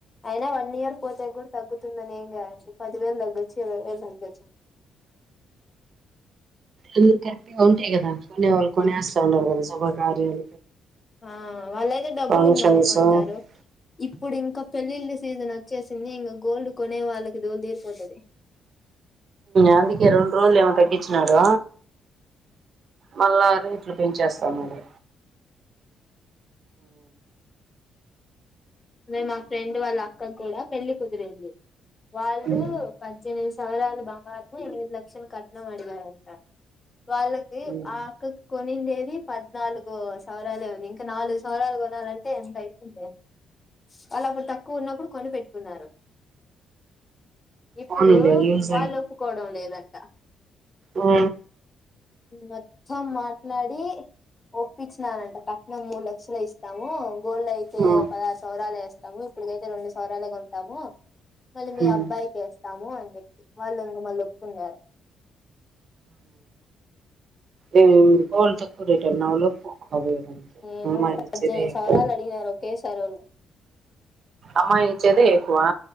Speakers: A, on the left; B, on the right.
A: అయినా వన్ ఇయర్ పోతే కూడా తగ్గు ందని ఏం కాదండి పదివేలు తగ్గొచ్చు ఇరవై వేలు తగ్గొచ్చండి
B: అంద కరెక్ట్ గా ఉంటాయి కదా కొనే వాళ్ళు కొనేస్తా ఉన్నారు కదా శుభకార్యాలు
A: ఆ వాళ్ళుయితే డబ్బులు
B: ఫంక్షన్స్
A: నలుకుంటారు
B: ఉమ్
A: ఇప్పుడు ఇంకా పెళ్లిిళ్ళ సీజన్ వచ్చేసింది ఇంకా గోల్డ్ కొనే వాళ్ళకి దోలుదీరిపోతుంది
B: అందుకే రెండు రోజులు ఏమో తగ్గించినాడు మళ్ళ రే ట్లు పెంచేస్తాన్నాడు
A: అే మా ఫ్రెండ్ వాళ్ళ అక్క కూడా పెళ్లిి కుదిరింది వాళ్ళు
B: ఉమ్
A: పద్దెనిమిది సవరాలు బంగారున ఎనిమిది లక్షన్ కట్నమాార అంత వాళ్ళకి
B: ఉమ్
A: ఆక కొ కొనిండేది పద్నాలుగు సవరాలే ఉంది ఇంకా నాలుగు సవరాలు కొనాలంటే ఎంత అవుతుంది వాళ్ళు అప్పుడు తక్కువ ఉన్నప్పుడు కొని పెెట్టుకున్నారు ఇప్పుడు
B: పోనీలే యూజ్
A: వాళ్ళ ఒప్పుకోవడం లేదండి
B: ఆ
A: మత్తం మాట్లాడి ఒప్పించిననంట కట్నం మూడు లక్షల ఇస్తాము గోల్డ్ అయితే
B: ఉమ్
A: పదార్ స్తాము ఇప్పుడికైతే రెండు సవరాలుగా ఉంటాము మళ్ళీ మీ
B: ఉమ్
A: అబ్బాయికి వేస్తాము స్తాము అని చెప్పి వాళ్ళు ఇంక మళ్ళ ఒప్పుతున్నారు
B: ఏ కోన్ంతకు రేట న లో అదే
A: ఏమో
B: మరించిదిేప్ప
A: పద్దెనిమిది సవరాలు అడిగినారు ఒకేసారి వాళ్ళు
B: అమ్మా నిచేత ఏకువా